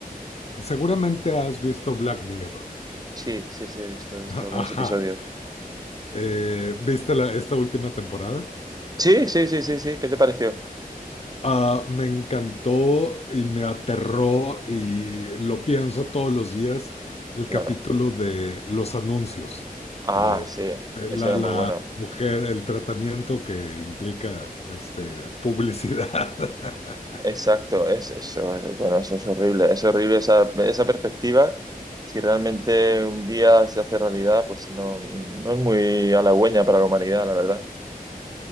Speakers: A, on the left; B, on the right.
A: seguramente has visto Black Mirror.
B: Sí, sí, sí, he visto, he visto
A: <laughs>
B: algunos
A: Ajá.
B: episodios.
A: Eh, ¿viste la- esta última temporada?
B: Sí, sí, sí, sí, sí. ¿Qué te pareció?
A: Ah, me encantó y me aterró y lo pienso todos los días, el
B: Claro.
A: capítulo de los anuncios,
B: Ah,
A: de eh,
B: sí.
A: la,
B: Ese era
A: la
B: muy bueno.
A: mujer, el tratamiento que implica este, publicidad.
B: Exacto.
A: <laughs>
B: Es, eso, es- bueno, eso es horrible. Es horrible esa, esa perspectiva. Si realmente un día se hace realidad, pues no, no es muy halagüeña para la humanidad, la verdad.